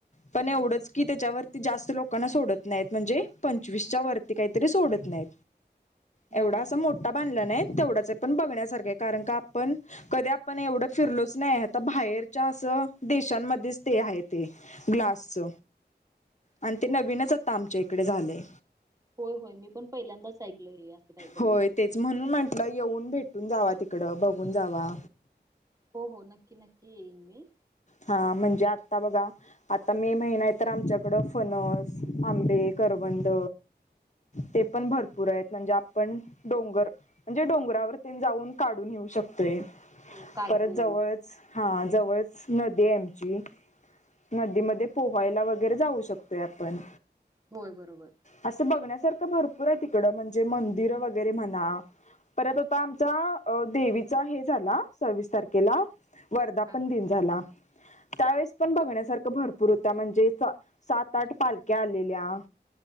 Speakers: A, on the left; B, on the right.
A: पण एवढंच
B: बर
A: की त्याच्यावरती जास्त लोकांना सोडत नाही म्हणजे पंचवीसच्या वरती काहीतरी सोडत नाही एवढा
B: हा हा
A: अस
B: हा
A: मोठ टा बांधला नाही तेवढंच आहे पण बघण्यासारखं कारण का आपण कधी आपण एवढं फिरलोच नाही आता बाहेरच्या असं देशांमध्येच ते आहे ते. ग्लासच आणि
B: अच्छा
A: ते नवीनच आता आमच्या इकडे झालेय.
B: होय होय मी पण पहिल्यांदाच ऐकलय असं काहीतरी
A: होय
B: वेगळं.
A: तेच म्हणून म्हटलं येऊन भेटून जावा तिकडं बघून जावा.
B: हो हो नक्की नक्की येईन मी.
A: हा म्हणजे आता बघा आता मे महिना आहे तर आमच्याकडं फनस, आंबे करवंद ते पण भरपूर आहेत म्हणजे आपण डोंगर म्हणजे डोंगरावरती जाऊन काढून येेऊ शकतय.
B: हो काजू
A: परत जवळच हा जवळच नदी आमची. नदीमध्ये पोहायला वगैरे जाऊ शकतोय आपण.
B: होय बरोबर.
A: असं बघण्यासारखं भरपूर आहे तिकडं म्हणजे मंदिरं वगैरे म्हणा परत आता आमचा देवीचा हे झाला सव्वीस तारखेला वर्धापन
B: हा
A: दिन झाला त्यावेेळेस पण बघण्यासारख भरपूर होत म्हणजे सात आठ पालख्या आलेल्या.